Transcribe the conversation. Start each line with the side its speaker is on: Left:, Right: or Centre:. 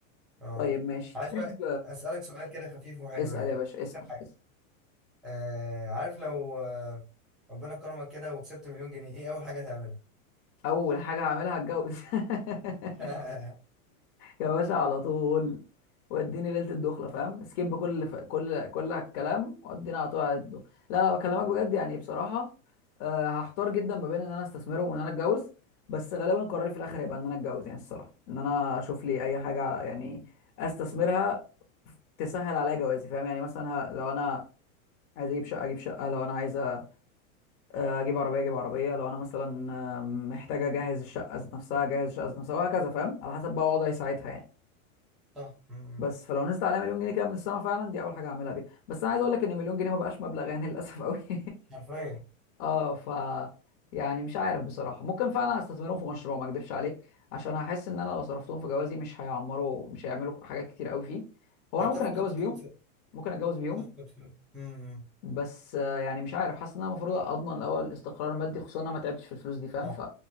Centre: اه
Left: طيب ماشي
Centre: عايز
Left: تحب
Centre: بقى اسالك سؤال كده خفيف وحلو
Left: اسأل
Centre: يعني
Left: يا باشا اسأل,
Centre: آخر حاجه
Left: اسأل.
Centre: آه عارف لو آه ربنا كرمك كده وكسبت مليون جنيه ايه اول حاجه هتعملها
Left: اول حاجة هعملها هتجوز <laughs>
Centre: <laughs>
Left: يا باشا على طول واديني ليله الدخله فاهم سكيب كل اللي ف... كل كل الكلام واديني على طول على ليله الدخله لا لا بكلمك بجد يعني بصراحه أه هحتار جدا ما بين ان انا استثمرهم وان انا اتجوز بس غالبا قراري في الاخر هيبقى ان انا اتجوز يعني الصراحه ان انا اشوف لي اي حاجه يعني استثمرها تسهل عليا جوازي فاهم يعني مثلا ه... لو انا عايز اجيب شقه اجيب شقه لو انا عايز أ- اجيب عربيه اجيب عربيه لو انا مثلا آه، محتاجه اجهز الشقه ذات نفسها اجهز الشقه ذات نفسها وهكذا فاهم على حسب بقى وضعي ساعتها يعني
Centre: صح م- م.
Left: بس فلو نزلت عليها مليون جنيه كده من السما فعلا دي اول حاجه هعملها بيها بس انا عايز اقول لك ان مليون جنيه ما بقاش مبلغ يعني للاسف قوي <laughs>
Centre: حرفيا
Left: اه ف يعني مش عارف بصراحه ممكن فعلا استثمرهم في مشروع ما اكدبش عليك عشان هحس ان انا لو صرفتهم في جوازي مش هيعمروا مش هيعملوا حاجات كتير قوي فيه هو
Centre: هتفقد
Left: انا ممكن اتجوز
Centre: كل
Left: بيهم ممكن اتجوز بيهم
Centre: تفقد فلوس م- م.
Left: بس آه، يعني مش عارف حاسس ان انا المفروض اضمن الاول استقرار مادي خصوصا ان انا ما تعبتش في الفلوس دي فاهم
Centre: صح